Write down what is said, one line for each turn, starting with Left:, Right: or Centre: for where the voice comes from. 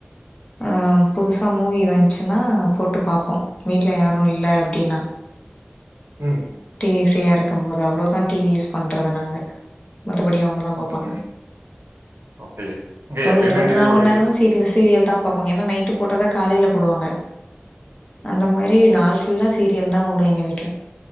Left: ஆம் புதுசா மூவி வந்ச்சுனா போட்டு பாப்போ வீட்ல யாரு இல்ல அப்டினா
Right: ம்
Left: டி வி ஃப்ரீயா இருக்கம்போது அவ்ளோதா டி வி யூஸ் பண்றது நாங்க மத்தபடி அவங்க தா பாப்பாங்க
Right: ஓகே. ஓகே. இங்க
Left: அது
Right: எப்பயுமே
Left: இருவத்து
Right: டிவி
Left: நால்
Right: ஓடிட்டு
Left: மண் நேரமூ
Right: இருக்கும்.
Left: சீ வீட்ல சீரியல்தா பாப்பாங்க ஏனா நைட்டு போட்டத காலையில போடுவாங்க அந்த மார் ரீ நாள் ஃபுல்லா சீரியல்தா ஓடூ எங்க வீட்ல